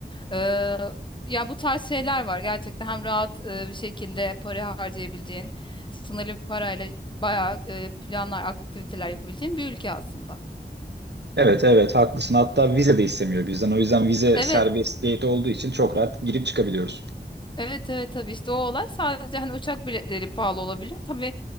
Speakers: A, on the left; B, on the right.
A: Ee, ya bu tarz şeyler var. Gerçekten hem rahat e, bir şekilde para harcayabileceğin, sınırlı bir parayla bayağı e, planlar, aktiviteler yapabileceğin bir ülke aslında.
B: Evet, evet haklısın. Hatta vize de istemiyor bizden. O yüzden vize
A: Evet.
B: serbestiyeti olduğu için çok rahat girip çıkabiliyoruz.
A: Evet evet tabii işte o olay sadece hani uçak biletleri pahalı olabiliyor. Tabii